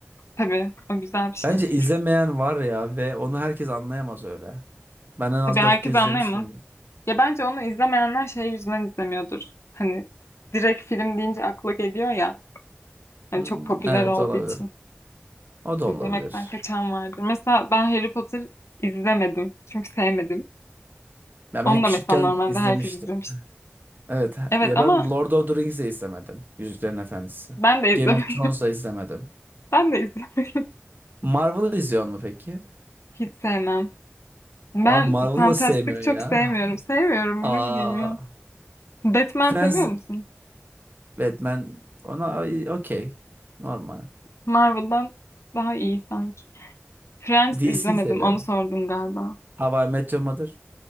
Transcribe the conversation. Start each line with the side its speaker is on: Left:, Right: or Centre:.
Left: Tabii o güzel bir şey.
Right: Bence izlemeyen var ya ve onu herkes anlayamaz öyle. Ben en az
Left: Tabii herkes
Right: dört kez
Left: anlayamaz.
Right: izlemişim.
Left: Ya bence onu izlemeyenler şey yüzünden izlemiyordur. Hani direkt film deyince akla geliyor ya. Hani
Right: Hmm,
Left: çok popüler
Right: evet
Left: olduğu
Right: olabilir.
Left: için
Right: O da
Left: izlemekten
Right: olabilir.
Left: kaçan vardır. Mesela ben Harry Potter izlemedim. Çünkü sevmedim.
Right: Ya
Left: Onu
Right: ben
Left: da
Right: küçükken
Left: mesela normalde
Right: izlemiştim.
Left: herkes izlemiş.
Right: Evet
Left: Evet
Right: ya
Left: ama
Right: ben Lord of the Rings'i izlemedim. Yüzüklerin Efendisi.
Left: ben de
Right: Game
Left: izlemedim.
Right: of Thrones'da
Left: <laughs>
Right: izlemedim.
Left: Ben de izlemedim.
Right: Marvel'ı izliyor mu peki?
Left: Hiç sevmem. Ben
Right: Abi Marvel'ı
Left: fantastik
Right: nasıl sevmiyorsun
Left: çok
Right: ya?
Left: sevmiyorum. Sevmiyorum
Right: <laughs> Aa,
Left: ne bileyim ya. Batman
Right: Friends,
Left: seviyor musun?
Right: Batman ona okey. Normal.
Left: Marvel'dan daha iyi sanki. Friends
Right: DC
Left: izlemedim.
Right: seviyor.
Left: Onu sordun galiba.
Right: How I Met Your Mother.